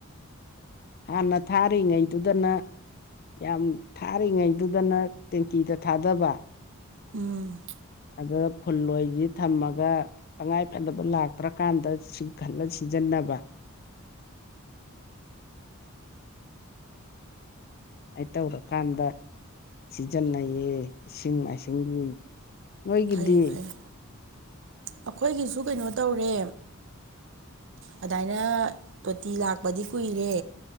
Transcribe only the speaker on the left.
ꯍꯥꯟꯅ ꯊꯥꯔꯤꯉꯩꯗꯨꯗꯅ ꯌꯥꯝ ꯊꯥꯔꯤꯉꯩꯗꯨꯗꯅ ꯇꯦꯡꯀꯤꯗ ꯊꯥꯗꯕ
ꯑ ꯐꯨꯜꯣꯏꯁꯤ ꯊꯝꯃꯒ ꯇꯉꯥꯏꯐꯗꯕ ꯂꯥꯛꯇ꯭ꯔꯀꯥꯟꯗꯁꯤꯡ ꯈꯜꯂ ꯁꯤꯖꯟꯅ ꯊꯕ ꯑꯩ ꯇꯧꯔꯀꯥꯟꯗ ꯁꯤꯖꯤꯟꯅꯩꯌꯦ ꯏꯁꯤꯡ ꯃꯥꯏꯁꯤꯡ ꯍꯣꯏꯒꯗꯦ